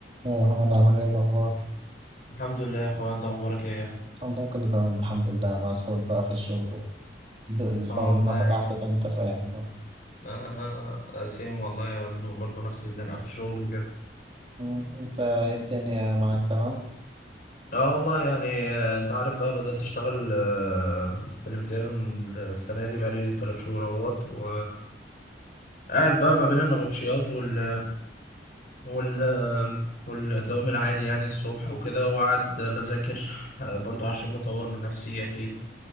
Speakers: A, on the right (about 30°); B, on the left (about 55°).
A: يا أحمد عامل إيه الأخبار؟
B: الحمد لله يا اخويا انت اخبارك ايه
A: والله كله تمام الحمد لله مسحول بقى في الشغل و- الحوار
B: اه
A: اللي
B: والله
A: أنا فتحته
B: يعني
A: ده أنت فاهم بقى
B: آه آه، سيم والله مزنوق برضه نفس الزنقة في الشغل وكده
A: أمم، أنت إيه الدنيا معاك تمام؟
B: اه والله يعني آه، انت عارف بقى بدأت اشتغل آه، في الامتياز من- السنة دي بقالي تلات شهور اهوت و قاعد بقى ما بين النبطشيات وال وال والدوام العادي يعني الصبح وكده وقاعد بذاكر آه، برضو عشان اطور من نفسي اكيد